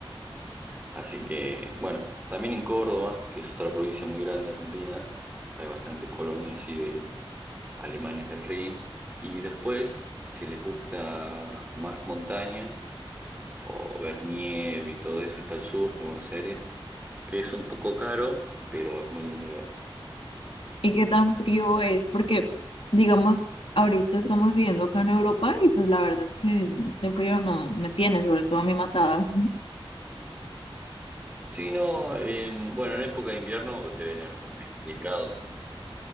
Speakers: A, on the right; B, on the left.
A: así que bueno, también en Córdoba, que es otra provincia muy grande de Argentina, hay bastantes colonias así de alemanes del Rin y después, si les gusta más montañas o ver nieve y todo eso, está el sur de Buenos Aires, que es un poco caro, pero es muy lindo de ver.
B: ¿Y qué tan frío es? Porque, digamos, ahorita estamos viviendo acá en Europa y pues la verdad es que este frío no me tiene, sobre todo a mí matada.
A: Si no, em, bueno, en época de invierno deberían hacer menos 10 grados, menos